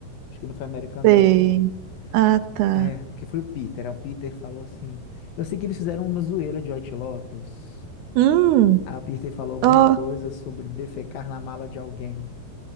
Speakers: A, on the left; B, on the right.
A: Acho que não foi American
B: Sei.
A: Dad, não.
B: Ah, tá.
A: É, porque foi o Peter. Aí o Peter falou assim: Eu sei que eles fizeram uma zoeira de White Lotus.
B: Hum,
A: Aí o Peter falou alguma
B: Oh.
A: coisa sobre defecar na mala de alguém.